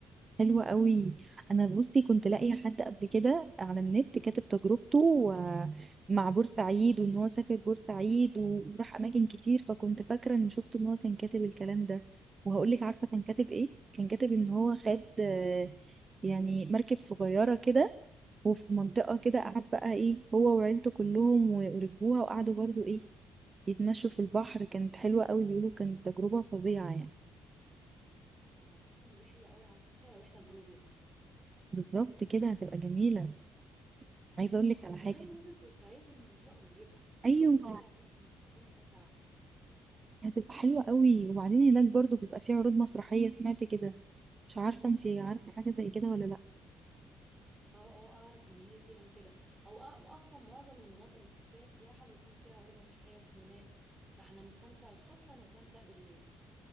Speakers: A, on the right; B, on the right.
A: حلوة قوي انا بصي كنت لاقيه حد قبل كده على النت كاتب تجربته و- مع بورسعيد وان هو سافر بورسعيد و- وراح اماكن كتير فكنت فاكره ان شفت ان هو كان كاتب الكلام ده وهقول لك عارفه كان كاتب ايه كان كاتب ان هو خد آه، يعني مركب صغيره كده وفي منطقه كده
B: مم.
A: قعد بقى ايه هو وعيلته كلهم و- وركبوها وقعدوا برضو ايه يتمشوا في البحر كانت حلوه قوي بيقولوا كانت تجربه فظيعه يعني
B: اه حاسه ان دي حلوه قوي على فكره لو احنا جروب يعني
A: بالظبط كده هتبقى جميله عايزه اقول لك على
B: كمان
A: حاجه
B: ميزه بورسعيد ان هي قريبه
A: ايوه
B: هنروح ونرجع في نفس اليوم من غير تعب
A: هتبقى حلوة قوي وبعدين هناك برضو بيبقى فيه عروض مسرحية سمعت كده مش عارفة انتي عارفة حاجة زي كده ولا لأ
B: اه اه اعرف ان هي فيها كده او أ- اصلا معظم المناطق اللي فيها سياحه بيكون فيها عروض مسرحيه وسينمات فاحنا هنستمتع الصبح وهنستمتع بالليل